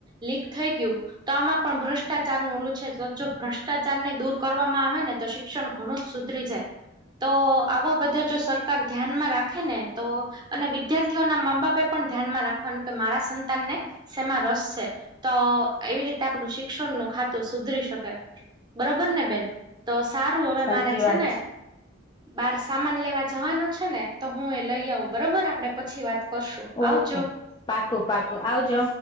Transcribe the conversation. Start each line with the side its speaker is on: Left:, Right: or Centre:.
Right: લીક થઈ ગયું તો આમાં પણ ભ્રષ્ટ ભ્રષ્ટાચારનું ઓલું છે તો જો ભ્રષ્ટાચાર ને દૂર કરવામાં આવે ને તો શિક્ષણ ઘણું જ સુધરી જાય. તો આવા બધા જો સરકાર ધ્યાનમાં રાખે ને તો અને વિદ્યાર્થીઓના મા બાપે પણ ધ્યાનમાં રાખવાનું કે મારા સંતાનને શેમાં રસ છે તો એવી રીતે આપડું શી શિક્ષણ નો ખાતું સુધરી શકે બરોબર ને બેન? તો સારું હવે
Left: સાચી
Right: મારે છે
Left: વાત
Right: ને બાર સામાન લેવા જવાનો છે ને તો હું એ લઈ આવું બરોબર આપડે પછી વાત કરશું
Left: ઓકે
Right: આવજો
Left: પાકું પાકું આવજો